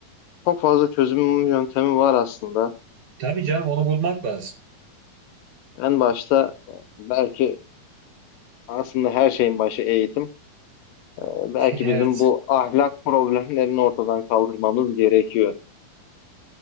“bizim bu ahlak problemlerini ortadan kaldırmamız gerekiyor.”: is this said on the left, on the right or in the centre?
Left